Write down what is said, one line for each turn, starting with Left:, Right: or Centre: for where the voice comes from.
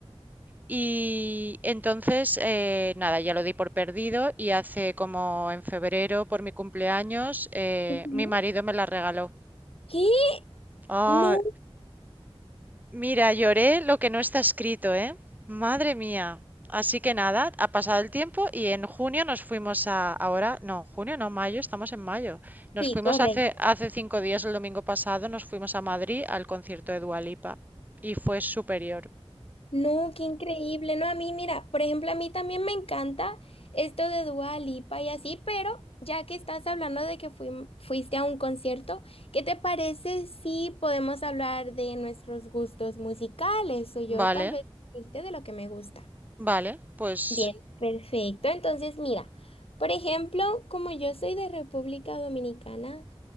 Right: Y entonces, eh, nada, ya lo di por perdido y hace como en febrero, por mi cumpleaños, eh,
Left: Ujú.
Right: mi marido me la regaló.
Left: ¿Qué?
Right: Ah,
Left: No.
Right: Mira, lloré lo que no está escrito, ¿eh? Madre mía. Así que nada, ha pasado el tiempo y en junio nos fuimos a, ahora, no, junio no, mayo, estamos en mayo. Nos
Left: Sí,
Right: fuimos
Left: correcto.
Right: hace, hace cinco días, el domingo pasado, nos fuimos a Madrid al concierto de Dua Lipa y fue superior.
Left: No, qué increíble. No, a mí, mira, por ejemplo, a mí también me encanta esto de Dua Lipa y así, pero ya que estás hablando de que fuim- fuiste a un concierto, ¿qué te parece si podemos hablar de nuestros gustos musicales? O yo
Right: Vale,
Left: tal vez decirte de lo que me gusta.
Right: vale, pues,
Left: Bien, perfecto. Entonces, mira, por ejemplo, como yo soy de República Dominicana,